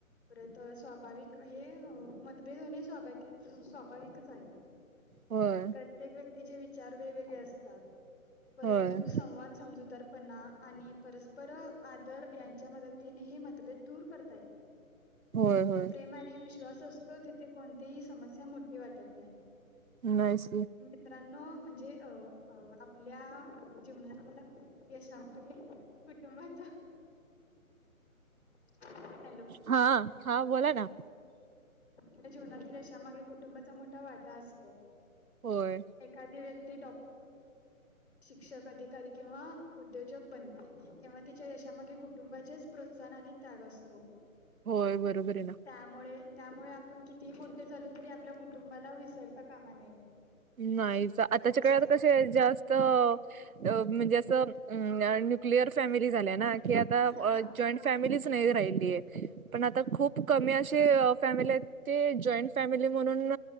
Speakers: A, on the left; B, on the right.
A: परत स्वाभाविक हे मतभेद होणे स्वा-स्वाभाविकच आहे.
B: होय,
A: प्रत्येक व्यक्तीचे विचार वेगवेगळे असतात. परंतु
B: होय,
A: संवाद समजूदारपणा आणि परस्पर आदर यांच्या मत तिने हे मतभेद दूर करता य
B: होय, होय
A: ते प्रेम आणि विश्वास असतो तिथे कोणतीही समस्या मोठी वाटत नाही.
B: नाहीच
A: मित्रांनो म्हणजे अ आपल्या जीवनातील यशामध्ये कुटुंबाचा <unintelligible>
B: हा हा बोला ना
A: ह जीवनातील अशा मागे कुटुंबाचा मोठा वाटा असतो.
B: होय,
A: एखादी व्यक्ती डॉ शिक्षक अधिकारी किंवा उद्योजक बनते किंव्हा तिच्या यशामागे कुटुंबाचेच प्रोत्साहन आणि त्याग असतो.
B: होय बरोबर आहे ना.
A: त्यामुळे आपण कितीही मोठे झालो तरी आपल्या कुटुंबाला विसरता कामा नये.
B: नाहीच आताच्या
A: अच्छा
B: काळात कसे जास्त म्हणजे असं क्लिअर फॅमिली झाले ना की आता
A: हा
B: जॉईंट फॅमिलीच नाही राहिली आहे पण आता खूप कमी अशी फॅमिली आहेत. ते जॉईंट फॅमिली म्हणून